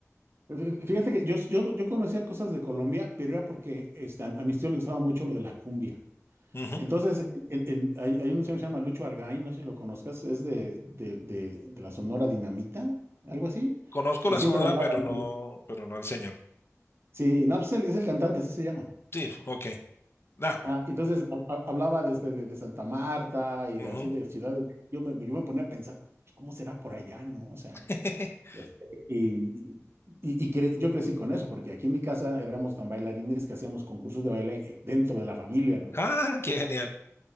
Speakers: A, on the right (about 50°); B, on the left (about 50°).
A: Fí- Fíjate que yo, yo, yo conocía cosas de Colombia, pero era porque este, a, a mis tíos les gustaba mucho lo de la cumbia.
B: Ujú.
A: Entonces, en- en- hay, hay un señor que se llama Lucho Argaín, no sé si lo conozcas, es de, de, de- de la Sonora Dinamita, algo así.
B: Conozco
A: Y
B: la
A: siempre
B: Sonora,
A: hablaba.
B: pero
A: de-
B: no, pero no al señor.
A: Sí, no, pues es el, es el cantante, así se llama.
B: Sí, ok. Da, Juan.
A: Ah, entonces ha- ha- hablaba de, este, de, de Santa Marta y
B: Ujú.
A: así de ciudades. Yo me, yo me ponía a pensar, pues, ¿cómo será por allá, no? O sea,
B: <laughs>
A: este, y, y, y cre- yo crecí con eso, porque aquí en mi casa éramos tan bailarines que hacíamos concursos de baile eh, dentro de la familia, ¿no?
B: Ah, qué genial.